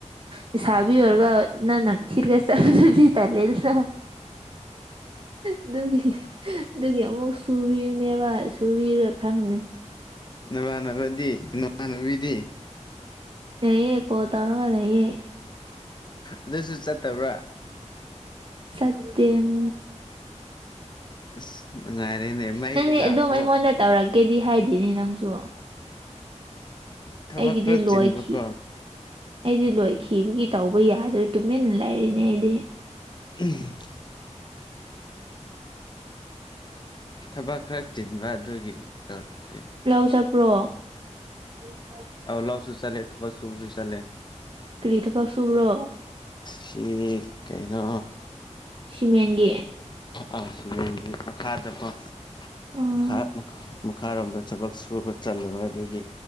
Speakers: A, on the right; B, on the left.
A: ꯂꯩꯁꯥꯕꯤ ꯑꯣꯏꯔꯒ ꯅ ꯅ inaudible ꯆꯕꯗꯨꯗꯤ ꯇꯜꯂꯦꯗꯅ꯫ ꯑꯗꯨꯒꯤ ꯑꯗꯨꯒꯤ ꯑꯃꯨꯛ ꯁꯨꯕꯤꯔꯅꯤꯕ ꯁꯨꯕꯤꯔ ꯈꯪꯅꯤ꯫
B: ꯅꯥꯃꯥꯅꯕꯗ ꯅꯥ ꯍꯅꯨꯕꯤꯗꯤ꯫
A: ꯂꯩꯌꯦ ꯀꫭꯜ ꯇꯧꯔꯒꯥ ꯂꯩꯌꯦ꯫
B: ꯑꯗꯨꯁꯨ ꯆꯠꯇꯕ꯭ꯔꯥ꯫
A: ꯁꯇꯦ ꯎꯝ꯫
B: ꯑꯁ ꯅꯨꯡꯉꯥꯏꯔꯦꯅꯦ ꯃꯩꯗꯤ
A: ꯅꯪꯗꯤ
B: ꯂꯥꯛꯄ꯭ꯔꯣ꯫
A: ꯑꯗꯨꯝ ꯑꯩꯉꯣꯟꯗ ꯇꯧꯔꯛꯀꯦꯗꯤ ꯍꯥꯏꯗꯦꯅꯦ ꯅꯪꯁꯨ꯫
B: ꯊꯕꯛ
A: ꯑꯩꯒꯤꯗꯤ
B: ꯈꯔ
A: ꯂꯣꯏꯈꯤ
B: ꯆꯤꯟꯕꯀꯣ꯫
A: ꯑꯩꯗꯤ ꯂꯣꯏꯈꯤꯕꯒꯤ ꯇꯧꯕ ꯌꯥꯗꯣꯏ ꯇꯨꯃꯤꯟꯅ ꯂꯩꯔꯤꯅꯦ ꯑꯩꯗꯤ꯫
B: ꯎꯝ ꯊꯕꯛ ꯈꯔ ꯆꯤꯟꯕ ꯑꯗꯨꯒꯤ ꯇꯧꯔꯛꯇꯦ꯫
A: ꯂꯥꯎ ꯆꯠꯄ꯭ꯔꯣ꯫ inaudible
B: ꯑꯥꯎ ꯂꯥꯎꯁꯨ ꯆꯠꯂꯦ ꯊꯕꯛ ꯁꯨꯕꯁꯨ ꯆꯠꯂꯦ꯫
A: ꯀꯔꯤ ꯊꯕꯛ ꯁꯨꯕ꯭ꯔꯣ꯫
B: ꯁꯤ ꯀꯩꯅꯣ
A: ꯁꯤꯃꯦꯟꯒꯤ
B: ꯑ ꯁꯤꯕꯦꯟꯒꯤ ꯃꯈꯥꯗꯀꯣ
A: ꯎꯝ
B: ꯃꯈꯥ ꯃꯈꯥꯔꯣꯝꯗ ꯊꯕꯛ ꯁꯨꯕ ꯆꯠꯂꯨꯕ ꯑꯗꯨꯒꯤ